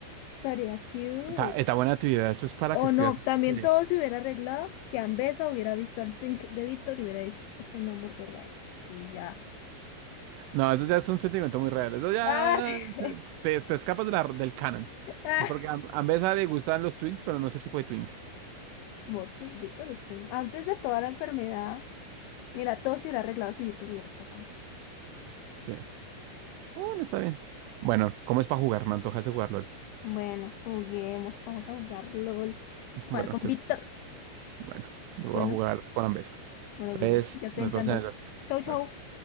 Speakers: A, on the left; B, on the right.
A: Estaría cute.
B: Está, está buena tu idea. Eso es para
A: O
B: que escribas
A: no,
B: una
A: también
B: historia.
A: todo se hubiera arreglado si Ambesa hubiera visto al Twink de Víctor y hubiera dicho, ese es mi amor verdadero. Y ya.
B: No, eso ya es un sentimiento muy real. Eso ya
A: ¡Ah! <laughs>
B: te, te escapas de la- del canon.
A: ¡Ah!
B: Porque a, a Mbesa le gustan los Twinks, pero no ese tipo de Twinks.
A: Morchis, Víctor es Twink. Antes de toda la enfermedad, mira, todo se hubiera arreglado si Víctor hubiera estado sano.
B: Sí. Bueno, está bien. Bueno, ¿cómo es para jugar? Me antojas de jugarlo. <laughs>
A: Bueno, juguemos, vamos a jugar LOL, jugar
B: Bueno,
A: con
B: entonces,
A: Víctor.
B: bueno, lo
A: Bueno,
B: voy a jugar con Ambesa.
A: bueno,
B: Entonces,
A: bebé, ya estoy
B: nos
A: entrando.
B: vamos a...
A: Chau, chau.
B: Bueno.